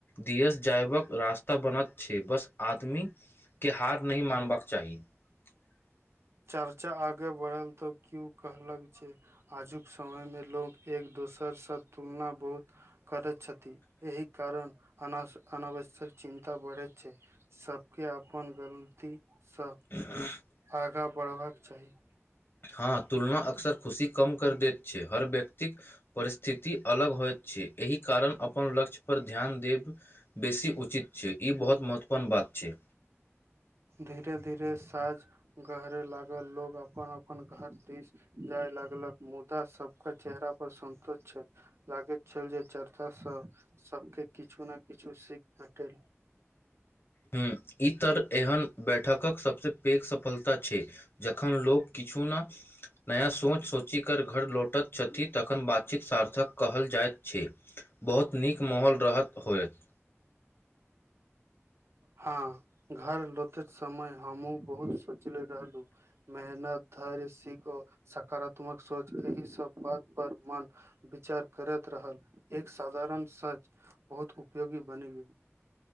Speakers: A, on the left (about 50°); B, on the right (about 60°).
A: दियस जायवक रास्ता बनत छै बस आदमी के हार नहि मानबाक चाही <inaudible>
B: चर्चा आगे बढ़ल तऽ क्यू कहलक जे आजुक समयमे लोक एक दोसरसँ तुलना बहुत करैत छथि एहि कारण अनास अनावश्यक चिन्ता बढ़े छै सभके अपन गलतीसँ
A: <inaudible>
B: आगाँ बढ़बाक चाही
A: हँ तुलना अक्सर खुशी कम कर दैत छै हर व्यक्तिक परिस्थिति अलग होइत छी एहि कारण अपन लक्ष्य पर ध्यान देब बेसी उचित छै ई बहुत महत्वपूर्ण बात छै
B: धीरे धीरे साँझ गहरय लागल लोग अपन अपन घर दिस जाय लगलक मुदा सबक चेहरा पर सन्तोष छल लागैत छल जे चर्चा सबके किछु ने किछु सीख भेटल
A: हँ ई तर एहन बैठकक सभसँ पेघ सफलता छै जखन लोक किछु नऽ नया सोच सोचि कर घर लौटैत छथि तखन बातचीत सार्थक कहल जाइत छी बहुत नीक माहौल रहत होयत
B: हँ घर लोतेत समय हमहुँ बहुत सोचले रहलु मेहनत धैर्य सिखो सकारात्मक सोच एहि सब बात पर मन विचार भेरैत रहल एक साधारण सच बहुत उपयोगी बनि गेल